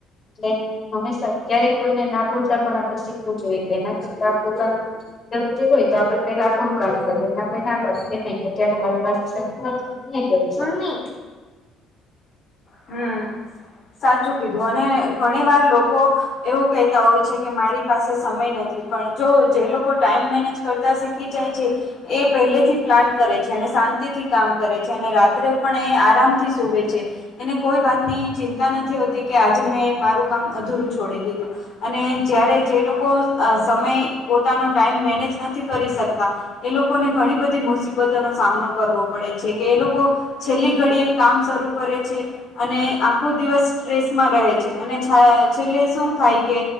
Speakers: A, on the left; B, on the left.
A: એટલે હંમેશા ક્યારેક કોઈને ના બોલતા પણ આપડે શીખવું જોઈએ કે, એના કરતા આપડું કામ. જરૂરી હોય તો આપડે પેલા આપણું કામ કરીએ એને આપડે ના પાડીએ કે, નહીં અત્યારે મારી પાસે સમય નથી. હું નઈ કરી શકુ
B: મમ્મી હમ. સાચું કીધું અને ઘણી વાર લોકો એવું કહેતા હોય છે કે, મારી પાસે સમય નથી પણ જો જે લોકો ટાઈમ મેનેજ કરતા શીખી જાય છે. એ પહેલેથી પ્લાન કરે છે અને શાંતિ થી કામ કરે. છે અને રાત્રે પણ એ આરામ થી સૂવે છે. એને કોઈ વાતની ચિંતા નથી હોતી કે આજે મેં મારું કામ અધૂરું છોડી દીધું. અને જયારે જે લોકો અ સમય પોતાનો ટાઈમ મેનેજ નથી કરી શકતા. એ લોકોને ઘણી બધી મુસીબતોનો સામનો પડે છે કે એ લોકો. છેલ્લી ઘડીએ કામ શરૂ કરે છે. અને આખો દિવસ સ્ટ્રેસમાં રહે છે અને છાય છેલ્લે શું થાય કે